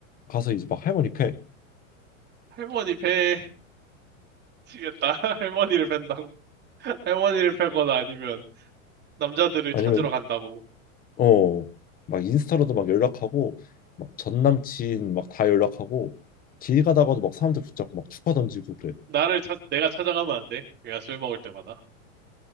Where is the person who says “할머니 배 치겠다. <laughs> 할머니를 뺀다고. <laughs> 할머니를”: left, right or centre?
Right